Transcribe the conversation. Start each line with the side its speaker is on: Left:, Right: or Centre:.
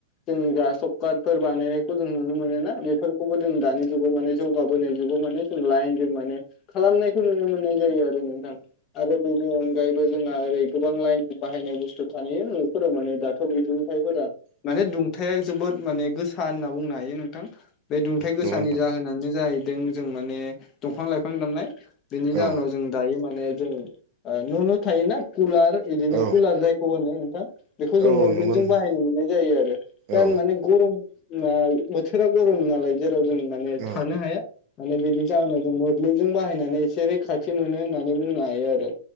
Left: जोंनि जा सकफोर बानाय जों नुनो मोनोना बेफोरखौबो जों दानि जुगाव माने जौगाबोनाय जुगाव माने जों लाइन जों माने खालामनायखौ नुनो मोननाय जायो आरो। ओम नोंथां आरो बेनि अनगायैबो जोंहा ओरै गोबां लाइनजों बाहायनाय बुस्थु थायो फोराव माने दाथ' बिदुंथाइफोरा माने दुंथाया जोबोद माने गोसा होनना बुंनो हायो नोंथां। बे दुंथाय गोसानि
Right: नंगौ नोंथां
Left: जाहोनानो जाहैदों जों माने दंफां लाइफां दाननाय बेनि जाहोनाव
Right: औ
Left: जों दायो माने जों न' न' थायोना कुलार बिदिनो
Right: औ
Left: कुलार जायखौ होनो नोंथां। बेखौ जों
Right: औ
Left: मोब्लिब
Right: नंगौ
Left: जों
Right: नोंथां
Left: बाहायनो मोननाय जायो आरो, दा
Right: औ
Left: माने गरम नाय बोथोरा गरम नालाय जेराव जों माने
Right: औ
Left: थानो हाया, माने बिनि जाहोनाव जों थोंजों बाहायनानै एसे रैखाथि मोनो होननानै बुंनो हायो आरो।